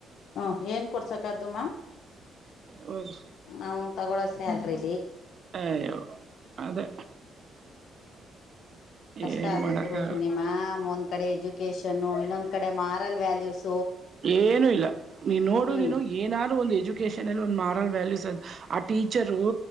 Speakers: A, on the left (about 75°); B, on the right (about 50°).
A: ಹ ಏನ್ ಕೊಡಿಸೋಕಾಗುತ್ತಮ್ಮ
B: ಹೋಗು
A: ನಾವು ತಗೊಳ್ಳು ಸ್ಯಾಲರಿ
B: ಅಯ್ಯೋ ಅದೇ
A: ಕಷ್ಟ
B: ಏನು
A: ಆಗೋಯ್ತು
B: ಮಾಡಕ್ಕಾಗಲ್ಲ
A: ರೋಹಿಣಿ ಮಾಯಾಮ್ ಒಂದ್ ಕಡೆ ಎಜುಕೇಶನ್ ಇನ್ನೊಂದ ಕಡೆ ಮಾರಲ್ ವ್ಯಾಲ್ಯೂಸ್
B: ಏನು ಇಲ್ಲ ನೀನ್ ನೋಡು
A: ಹ್ಮ್
B: ನೀನು ಏನಾದ್ರು ಒಂದ್ ಎಜುಕೇಶನ್ ಅಲ್ಲಿ ಒಂದ್ ಮಾರಲ್ ವ್ಯಾಲ್ಯೂಸ್ ಅಂತ ಆ ಟೀಚರು